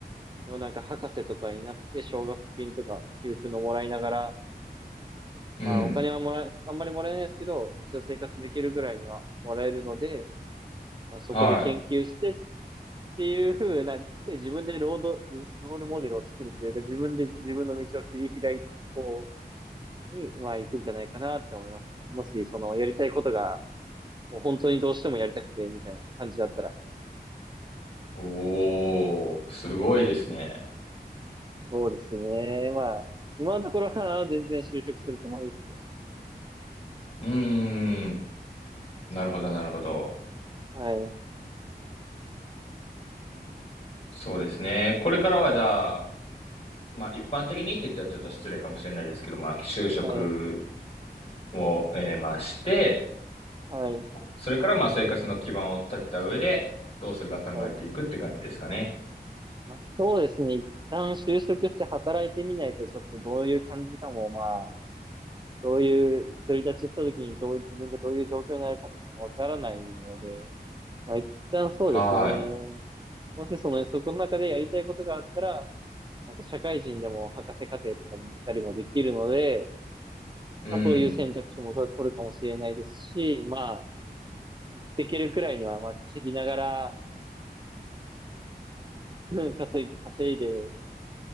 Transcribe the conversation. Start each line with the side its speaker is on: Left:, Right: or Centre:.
Right: のなんか博士とかになって奨学金とか給付のもらいながら、
Left: うーん、
Right: まあお金はもらえ、あんまりもらえないですけど、一応生活できるぐらいにはもらえるので、まあ、そこで研究して
Left: はい。
Right: っていう風な、で自分でロード、ロールモデルを作るというか、自分で自分の道を切り開いていく方に、まあ行くんじゃないかなって思いますね。もしそのやりたいことが、もう本当にどうしてもやりたくてみたいな感じだったら。
Left: おー、すごいですね。
Right: そうですね。まあ、今のところは全然就職するつもりですけどね。
Left: うーん、なるほど、なるほど。
Right: はい。
Left: そうですね。これからはじゃあ、まあ一般的にって言ったらちょっと失礼かもしれないですけど、まあ就職
Right: はい。
Left: を、えーまあして、
Right: はい。
Left: それからまあ生活の基盤を立てた上で、どうするか考えていくって感じですかね。
Right: はい。まあ、そうですね。一旦就職して働いてみないと、ちょっとどういう感じかも、まあ、どういう、独り立ちした時にどう、自分がどういう状況になるかとかもわからないので、まあ、一旦そうですね。
Left: はーい。
Right: もしその、そこの中でやりたいことがあったら、なんか社会人でも博士課程とかに行ったりもできるので、
Left: うん。
Right: まあ、そういう選択肢もと取るかもしれないですし、まあ、できるくらいには、まあ、稼ぎながら、<laughs> うん稼い、稼いで、